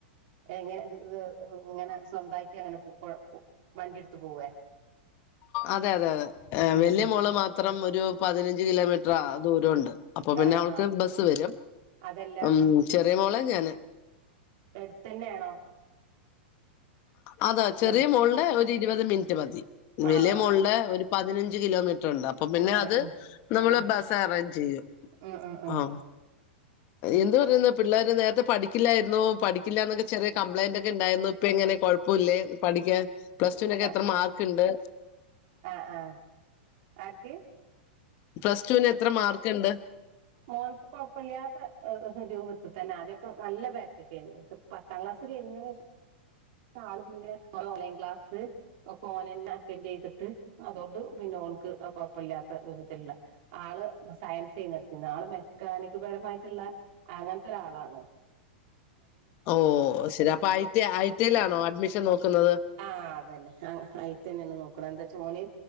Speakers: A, on the right; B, on the left.
A: എങ്ങനെ ഇങ്ങനെ സ്വന്തയിട്ട് അങ്ങനെ വണ്ടിട്ത് പോവേ?
B: അതെ അതെ അതെ
A: ഉം
B: വല്യയ
A: ഉം
B: മോള് മാത്രം ഒരു പതിനഞ്ച് കിലോമീറ്റർ ദൂരംണ്ട്. അപ്പൊ പിന്നെ
A: ആഹ്
B: അവൾക്ക്
A: ആഹ്
B: ബസ്സ് വരും
A: അതല്ല
B: ഉം ചെറിയ മോളെ ഞാന്
A: എടുത്തന്നെണോ?
B: ആഹ് ചെറിയ
A: ചെറി
B: മോളുടെ ഒരു ഇരുപത് മിനിറ്റ് മതി
A: ആഹ്
B: വലിയ മോളിടെ ഒരു പതിനഞ്ച് കിലോമീറ്റർണ്ട് അപ്പൊ പിന്നെ
A: ആഹ്
B: അത് നമ്മള്
A: ആഹ് ആഹ്
B: ബസ് അറേഞ്ച് ചെയ്യും
A: ഉം ഉം ഉം
B: ആഹ് എന്ത് പറയുന്ന പിള്ളേരെ നേരത്തെ പഠിക്കില്ലായിരുന്നു പഠിക്കില്ലന്നൊക്കെ ചെറിയ കംപ്ലൈന്റ് ഒക്കെണ്ടായിരുന്നു. ഇപ്പ എങ്ങനെ കുഴപ്പല്ലേ പഠിക്കാൻ പ്ലസ്ടുനൊക്കെ
A: ആഹ്
B: എത്ര മാർക്ക് ണ്ട്?
A: ആഹ് ആഹ് ആര്ക്ക്?
B: പ്ലസ്ടൂനെത്ര മാർക്ക്ണ്ട്?
A: മോൾക്ക് കൊഴപ്പല്ല്യാത്ത രൂപത്തി തന്നെ ആദ്യൊക്കെ നല്ല ബാക്ക് ക്കെയ്ഞ്ഞു. പക്ഷെ പത്താം ക്ലാസ് കഴിഞ്ഞേനേശം ആള് പിന്നെ ഓൺലൈൻ ക്ലാസ് ഒക്കെ ഓനെന്നെ അറ്റന്റീതിട്ട് അതോണ്ട് പിന്നെ ഓൻക്ക് അ കുഴപ്പല്ല്യാത്ത രൂപത്തിലുള്ള ആള് സയൻസെയ്നിട്ത്തിര്ന്ന്. ആള് മെക്കാനിക് പരമായിട്ട്ള്ളെ അങ്ങനെത്തെരാളാണ്.
B: ഓഹ് അഅ് ശരി അപ്പൊ ഐ ടി ഐ ടി ലാണോ അഡ്മിഷൻ നോക്കുന്നത്?
A: ആഹ് അതന്നെ ആഹ് അയിത്തന്നെ ണ് നോക്ക്ണ് എന്താച്ചോന്